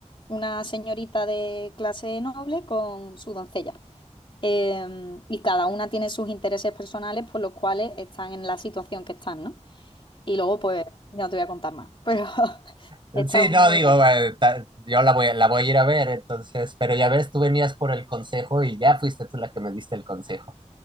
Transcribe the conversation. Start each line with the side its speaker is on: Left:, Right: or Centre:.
Left: una señorita de clase noble con su doncella. Em, y cada una tiene sus intereses personales por los cuales están en la situación que están, ¿no? Y luego, pues, no te voy a contar más, pero <laughs>
Right: ujú.
Left: está
Right: Sí,
Left: muy
Right: no, digo,
Left: bien.
Right: eh, ta- yo la voy, la voy a ir a ver, entonces, pero ya ves, tú venías por el consejo y ya fuiste tú la que me diste el consejo.